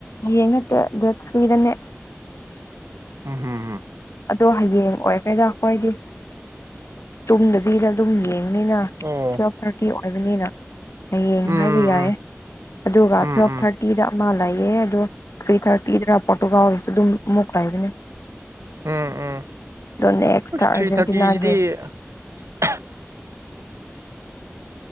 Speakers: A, on the left; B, on the right.
A: ꯌꯦꯉꯠꯇꯁꯨꯗꯟꯅꯦ
B: ꯎꯝ ꯍꯝ
A: ꯑꯗꯣ ꯍꯌꯦꯡꯉꯛꯑꯣꯏ ꯀꯩꯗꯣ ꯑꯩꯈꯣꯏꯗꯤ ꯇꯨꯡꯗꯕꯤꯗ ꯑꯗꯨꯝ ꯌꯦꯡꯉ ꯅꯤꯅ
B: ꯑꯣ
A: ꯇꯨ ꯊꯥꯔꯇꯤ ꯑꯣꯏꯕꯅꯤꯅ ꯍꯌꯦꯡ
B: ꯎꯝ ꯎꯝ
A: ꯍꯥꯏꯕ ꯌꯥꯏꯦ ꯑꯗꯨꯒ
B: ꯎꯝ ꯎꯝ
A: ꯊꯜꯞ ꯊꯥꯔꯇꯤꯗ ꯃꯥ ꯂꯩꯑꯦ ꯑꯗꯣ ꯊ꯭ꯔꯤ ꯊꯥꯔꯇꯤꯗꯅ ꯄꯣꯇꯣꯀꯥꯎꯔꯤꯁꯨ ꯑꯗꯨꯝ ꯃꯨꯛ ꯂꯥꯛꯕꯅꯦ
B: ꯎꯝ
A: ꯅꯦꯛꯁꯇ
B: ꯎꯝꯁ
A: ꯑꯥꯔꯖꯦꯟꯇꯤꯅꯥꯒꯤ
B: ꯊ꯭ꯔꯤ ꯊꯥꯔꯇꯤꯁꯤꯗꯤ <inaudible>